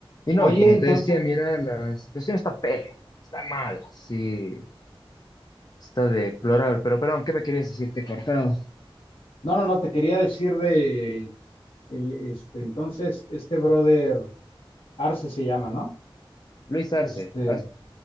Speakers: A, on the left; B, on the left.
A: Y
B: Oye,
A: no, y como
B: entonces,
A: te decía, mira, la situación está pele, está mal, sí, está deplorable. Pero perdón, ¿qué me querías decir decirte cortado?
B: no, no, no, te quería decir de, el, este, entonces, este brother Arce se llama, ¿no?
A: Luis Arce,
B: Este,
A: has-